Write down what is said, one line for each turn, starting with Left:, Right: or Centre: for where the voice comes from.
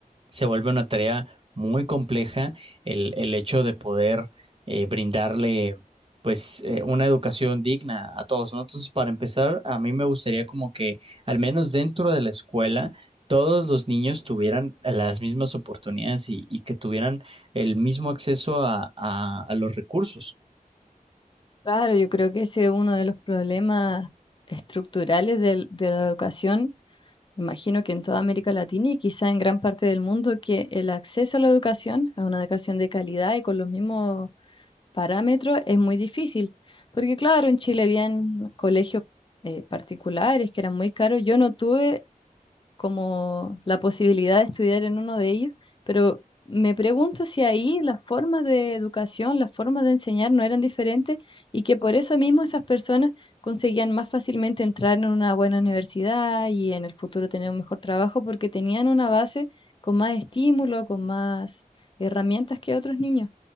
Right: se vuelve una tarea muy compleja el, el hecho de poder eh, brindarle pues eh, una educación digna a todos, ¿no? Entonces, para empezar, a mí me gustaría como que al menos dentro de la escuela todos los niños tuvieran las mismas oportunidades y, y que tuvieran el mismo acceso a, a- a los recursos.
Left: Claro, yo creo que ese es uno de los problemas estructurales del- de, la educación, imagino que en toda América Latina y quizá en gran parte del mundo, que el acceso a la educación, a una educación de calidad y con los mismos parámetros, es muy difícil. Porque claro, en Chile habían colegios eh, particulares que eran muy caros. Yo no tuve como la posibilidad de estudiar en uno de ellos, pero me pregunto si ahí las formas de educación, las formas de enseñar no eran diferentes y que por eso mismo esas personas conseguían más fácilmente entrar en una buena universidad y en el futuro tener un mejor trabajo porque tenían una base con más estímulo, con más herramientas que otros niños.